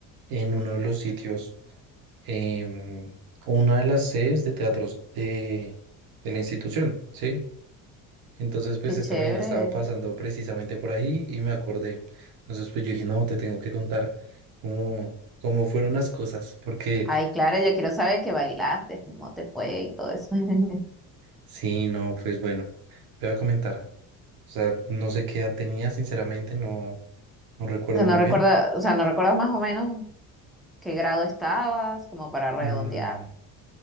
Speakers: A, on the right (about 65°); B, in the centre.
A: en uno de los sitios, em, una de las sedes de teatros de, de la institución, ¿sí? Entonces pues
B: Qué
A: esta
B: chévere.
A: mañana estaba pasando precisamente por ahí y me acordé. Entonces pues yo dije, no, te tengo que contar cómo, cómo fueron las cosas, porque
B: Ay, claro, yo quiero saber que bailaste, cómo te fue y todo eso. <laughs>
A: sí, no, pues bueno, te voy a comentar. O sea, no sé qué edad tenía, sinceramente, no, no recuerdo
B: O sea, no
A: muy
B: recuerda,
A: bien.
B: o sea, no recuerdas más o menos qué grado estabas, como para redondear.
A: Mm,